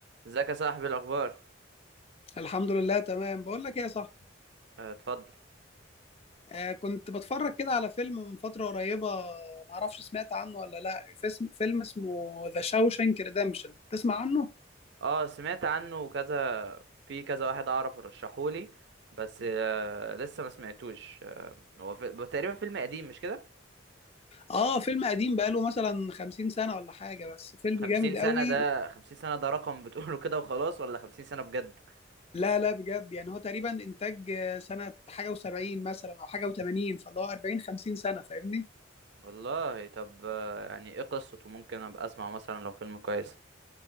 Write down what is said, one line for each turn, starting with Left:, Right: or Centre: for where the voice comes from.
Right: ازيك يا صاحبي الاخبار
Left: الحمد لله تمام بقول لك ايه يا صاحبي
Right: آه، اتفضل
Left: آه كنت بتفرج كده على فيلم من فترة قريبة معرفش سمعت عنه ولا لا فيلم, فيلم اسمه ذا شاوشانك ريدمشن تسمع عنه؟
Right: اه سمعت عنه كذا في كذا واحد اعرف رشحولي بس آه لسه ما سمعتوش آه هو في... هو تقريبا فيلم قديم مش كده
Left: اه فيلم قديم بقاله مثلا 50 سنة ولا حاجة بس فيلم
Right: خمسين
Left: جامد
Right: سنة
Left: قوي
Right: ده خمسين سنة ده رقم بتقوله كده وخلاص ولا خمسين سنة بجد
Left: لا لا بجد يعني هو تقريبا انتاج آه، سنة حاجة و70 مثلا او حاجة و80 فاللي هو 40 50 سنة فاهمني؟
Right: والله طب آه يعني ايه قصته ممكن ابقى اسمع مثلا لو فيلم كويس